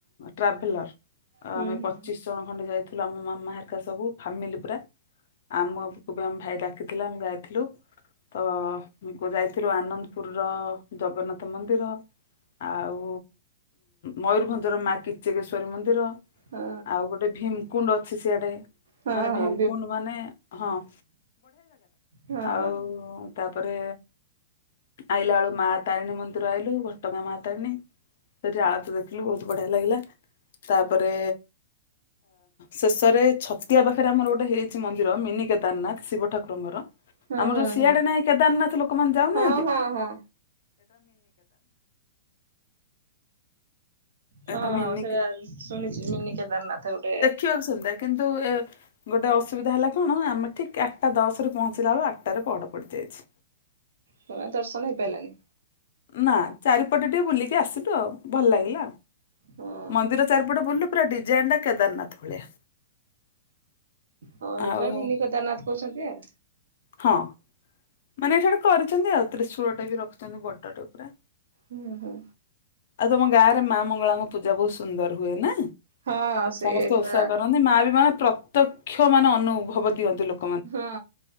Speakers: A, on the left; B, on the right.
A: ଟ୍ରାଭେଲର।
B: ହୁଁ
A: ଆମେ
B: ହୁଁ
A: ପଚିଶି ଜଣ ଖଣ୍ଡେ ଯାଇଥିଲୁ। ଆମେ ମା ହେରିକା ସବୁ ଫାମିଲି ପୁରା। ଆମକୁ ବି ଆମ ଭାଇ ଡାକିଥିଲା ଆମେ ଯାଇଥିଲୁ। ତ ଯାଇଥିଲୁ ଆନନ୍ଦପୁରୁର ଜଗନ୍ନାଥ ମନ୍ଦିର। ଆଉ ମୟୂରଭଞ୍ଜର ମା କିଚକେଶ୍ଵରୀ ମନ୍ଦିର।
B: ହଁ
A: ଆଉ ଗୋଟେ ଭୀମକୁଣ୍ଡ। ଅଛି ସିଆଡେ
B: ହଁ
A: ମାନେ
B: ହଁ
A: ଭୀମକୁଣ୍ଡ ମାନେ। ହଁ।
B: ହଁ
A: ଆଉ। ତାପରେ ଆଇଲା ବେଳୁକୁ ମା ତାରିଣୀ ମନ୍ଦିର ଆଇଲୁ। ଘଟଗାଁ ମା। ଟାଇମିଂ। ସେଠି ଆଳତୀ ଦେଖ ଦେଖିଲୁ ବହୁତ ବଢ଼ିଆ ଲାଗିଲା। ତାପରେ ଶେଷରେ ଛତିଆ ପାଖରେ ଆମର ଗୋଟେ ହେଇଛି ମନ୍ଦିର ମିନି କେଦାରନାଥ, ଶିବ ଠାକୁରଙ୍କର
B: ହୁଁ
A: ଆମର
B: ହୁଁ
A: ଯୋଉ ସିଆଡେ
B: ହୁଁ
A: ନାହିଁ କେଦାରନାଥ ଲୋକମାନେ ଯୋଉ
B: ହଁ
A: ଯାଉନାହାନ୍ତି।
B: ହଁ ହଁ ହଁ
A: ଏଟା ମିନି
B: ସେଟା ଶୁଣିଚି ମିନି କେଦାରନାଥ ଗୋଟେ
A: <unintelligible> କିନ୍ତୁ ଏ ଗୋଟେ ଅସୁବିଧା ହେଲା କଣ, ଆମେ ଠିକ୍ ଆଟା ଦଶରେ ପହଞ୍ଚିଲା ବେଳକୁ ଆଟାରେ ପହଡ ପଡି ଯାଇଛି।
B: ହଁ ଦର୍ଶନ ହେଇପାରିଲାନି।
A: ନା ଚାରିପଟ ଟିକେ ବୁଲିକି ଆସିଲୁ ଆଉ, ଭଲ ଲାଗିଲା
B: ହଁ
A: ମନ୍ଦିର ଚାରିପଟ ବୁଲିଲୁ। ପୁରା ଡିଜାଇନ୍ ଟା କେଦାରନାଥ ଭଳିଆ।
B: ହଁ ଏଇଥିପାଇଁ
A: ଆଉ
B: ମିନି କେଦାରନାଥ କହୁଛନ୍ତି ଆଉ।
A: ହଁ। ମାନେ ଏଠା ଗୋଟେ କରିଛନ୍ତି ଆଉ ତ୍ରିଶୂଳ ଟେ ବି ରଖିଛନ୍ତି ବଡଟେ ପୁରା।
B: ହୁଁ ହୁଁ।
A: ଆଉ ତମ ଗାଁରେ ମା ମଙ୍ଗଳାଙ୍କ ପୂଜା ବହୁତ ସୁନ୍ଦର ହୁଏ ନା?
B: ହଁ ସେ
A: ସମସ୍ତେ
B: ପୁରା
A: ଓଷା କରନ୍ତି ମା ବି ମାନେ ପ୍ରତ୍ୟକ୍ଷ ମାନେ ଅନୁଭବ ଦିଅନ୍ତି ଲୋକ
B: ହଁ